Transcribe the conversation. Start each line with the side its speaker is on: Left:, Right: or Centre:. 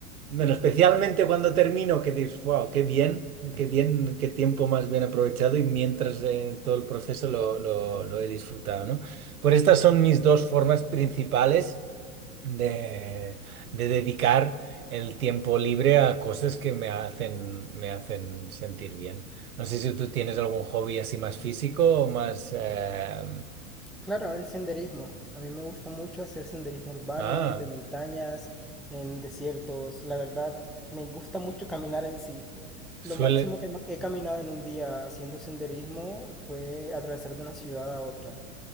Right: bueno, especialmente cuando termino, que dices, wow, qué bien, qué bien, qué tiempo más bien aprovechado y mientras eh, todo el proceso lo, lo, lo he disfrutado, ¿no? Pues estas son mis dos formas principales de, de dedicar el tiempo libre a cosas que me hacen, me hacen sentir bien. No sé si tú tienes algún hobby así más físico o más... eh,
Centre: Claro, el senderismo. A mí me gusta mucho hacer senderismo urbano,
Right: ah,
Centre: de montañas, en desiertos. La verdad, me gusta mucho caminar en sí.
Right: suele...
Centre: Lo máximo que he caminado en un día haciendo senderismo fue atravesar de una ciudad a otra.